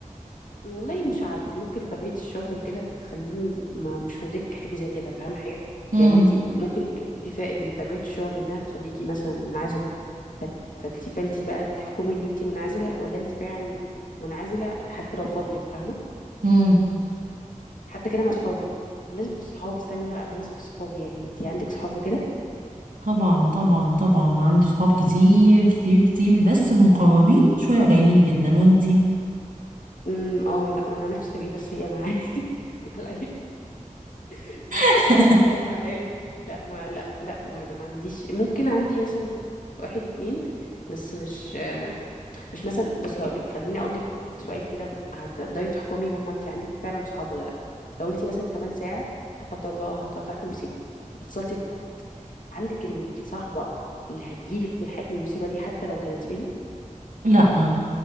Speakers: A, on the left (about 80°); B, on the right (about 85°).
A: والله مش عارفة ممكن طبيعة الشغل وكده بتخليني ما مش مدركة حاجة زي كده فاهمة حاجة
B: مم.
A: يعني انت ممكن في فرق بين طبيعة الشغل انها تخليكي مثلا منعزلة فت- فانت فانت بقى تحكمي ان انت منعزلة ولا انت فعلا منعزلة حتى لو فاضية فاهمة
B: مم.
A: حتى كده مع صحابي بمناسبة الصحاب استني بقى بمناسبة الصحاب يعني انت عندك صحاب وكده
B: طبعا طبعا طبعا عندي صحاب كتير كتير كتير بس المقربين شوية قليلين جدا وانتي
A: امم اه لا انا نفس التجربة السيئة معايا <laughs> لا لا، <laughs> نفس
B: <laughs>
A: التجربة بس هي مع العيلة لا ما لا لا برضه ما عنديش ممكن عندي مثلا واحد اتنين بس مش آه، مش مثلا بصي هقول لك خليني اقول لك سؤال كده هتقدري تحكمي هم انت عندك فعلا صحاب ولا لا لو انت مثلا كمان ساعة لا قدر الله هتقطعي في مصيبة واتصلتي بحد عندك الصحبة اللي هتجيلك تلحقك من المصيبة دي حتى لو كانت فين
B: لا